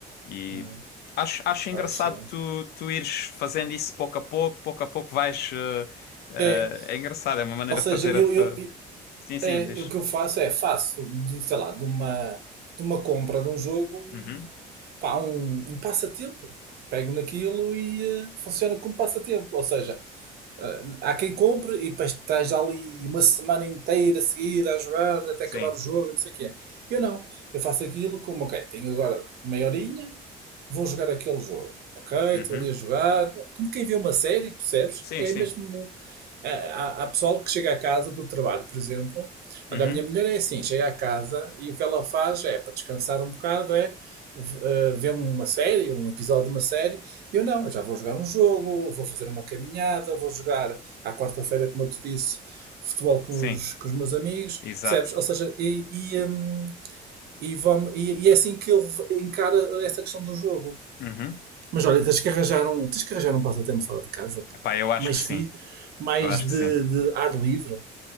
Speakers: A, on the left; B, on the right.
A: E
B: é.
A: acho, acho
B: Pá,
A: engraçado
B: excelente.
A: tu, tu ires fazendo isso pouco a pouco, pouco a pouco vais... eh, eh,
B: É,
A: é engraçado, é uma maneira
B: ou seja,
A: de fazer...
B: eu,
A: A, fa-
B: eu, eu-
A: Sim, sim,
B: é,
A: diz.
B: eu- o que eu faço é faço de, sei lá, de uma, de uma compra de um jogo um,
A: Uhum.
B: pá, um, um passatempo. Pego naquilo e eh, funciona como passatempo. Ou seja, Ah, Há quem compre e depois estás ali uma semana inteira seguida a jogar até
A: Sim.
B: acabar o jogo, não sei o que é. Eu não. Eu faço aquilo como, ok, tenho agora meia horinha, vou jogar aquele jogo. Ok,
A: Uhum.
B: estou ali a jogar. Como quem vê uma série, percebes?
A: Sim,
B: É
A: sim.
B: mesmo é, Há, há pessoal que chega a casa do trabalho, por exemplo.
A: Uhum.
B: Olha, a minha mulher é assim, chega a casa e o que ela faz é, para descansar um bocado, é eh, ver uma série, um episódio de uma série. Eu não, eu já vou jogar um jogo, vou fazer uma caminhada, vou jogar à quarta-feira, como eu te disse, futebol com
A: Sim.
B: os, com os meus amigos,
A: Exato.
B: percebes? Ou seja, e, e, hum, e, vamo- e- e é assim que ele v- encara essa questão do jogo.
A: Uhum.
B: Mas olha, tens que arranjar um, tens que arranjar um passatempo fora de casa, pá.
A: Epá, eu acho
B: Mais,
A: que sim.
B: fi, mais
A: Eu acho
B: de,
A: que sim.
B: de ar livre.